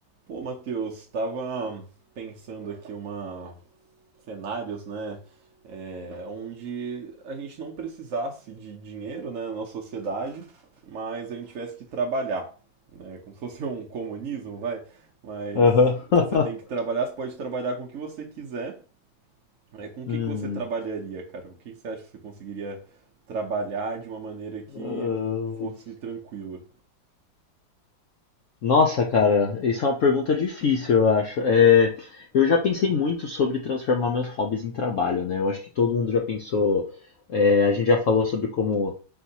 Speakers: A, on the right; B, on the left.
A: Pô, Matheus, tava pensando aqui uma cenários, né, é, onde a gente não precisasse de dinheiro, né, na nossa sociedade, mas a gente tivesse que trabalhar, né, como se fosse um comunismo, vai, mas
B: Aham. <laughs>
A: você tem que trabalhar, você pode trabalhar com o que você quiser, né, com o
B: Hum.
A: que que você trabalharia, cara? Com o que que você acha que você conseguiria trabalhar de uma maneira que
B: Ahn,
A: fosse tranquila?
B: Nossa, cara, isso é uma pergunta difícil, eu acho. É, eu já pensei muito sobre transformar meus hobbies em trabalho, né? Eu acho que todo mundo já pensou. é, a gente já falou sobre como